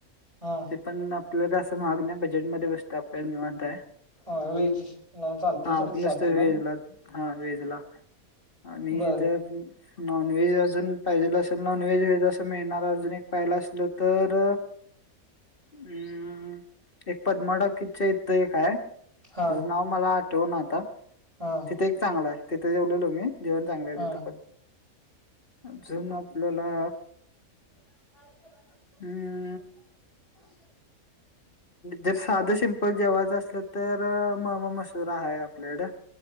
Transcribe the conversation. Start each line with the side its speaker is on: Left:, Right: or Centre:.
Right: हा
Left: ते पण आपल्याला काय असं महाग नाही बजेट मध्ये बसतय आपल्याला निवांत आहे.
Right: ह वेज ला चालतय
Left: हा
Right: सोड
Left: आपण नुसतं
Right: सारथी
Left: व्हेजला
Right: पण
Left: हा वेजला आणि
Right: बर
Left: जर नॉनव्हेज अजून पाहिजेल असेल नॉनव्हेज व अस मिळणारा अजून एक पहिला असलं तर हम्म एक पदमा टॉकीजच्या इथ एक हाय.
Right: हा
Left: तेज नाव मला आठवण आता.
Right: हा.
Left: ते चांगल आहे तिथे जेवलेलो मी जेवण चांगलं आहे
Right: हा
Left: तिथं पण अजून आपल्याला.
Right: ह.
Left: हम्म.
Right: <unintelligible>
Left: जर साधं सिंपल जेवायचं असलं तर मामा मस्त. राहाय आपल्याकड